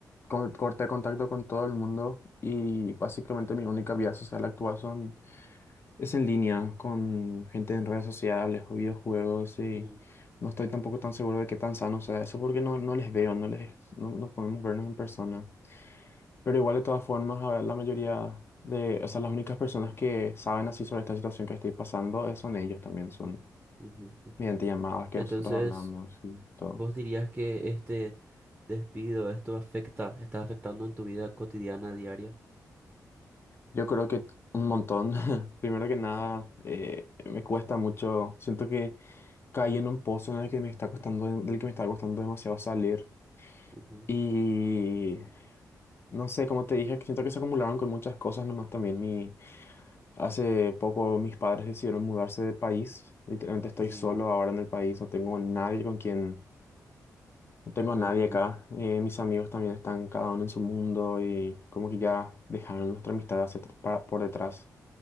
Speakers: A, on the left; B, on the right.
A: co- corté contacto con todo el mundo y básicamente mi única vida social actual son, es en línea, con gente en redes sociales o videojuegos y
B: Mm,
A: no estoy tampoco tan seguro de qué tan sano sea eso porque no, no les veo, no les, no, no podemos vernos en persona. Pero igual de todas formas, a ver, la mayoría de, o sea, las únicas personas que saben así sobre esta situación que estoy pasando eh, son ellos también, son
B: ujú, ujú.
A: mediante llamadas que
B: Entonces...
A: nosotros hablamos y todo.
B: ¿Vos dirías que este despido, esto afecta, está afectando en tu vida cotidiana, diaria?
A: Yo creo que un montón. <laughs> Primero que nada, eh, me cuesta mucho. Siento que caí en un pozo en el que me está costando, del que me está costando demasiado salir.
B: Ujú,
A: Y no sé, como te dije, que siento que se acumularon con muchas cosas nomás también. Mi, hace poco mis padres decidieron mudarse de país. Literalmente estoy
B: ujú,
A: solo ahora en el país. No tengo nadie con quien, no tengo
B: ujú,
A: nadie
B: ujú.
A: acá. Eh, mis amigos también están cada uno en su mundo y como que ya dejaron nuestra amistad hacia, atr- pa- por detrás.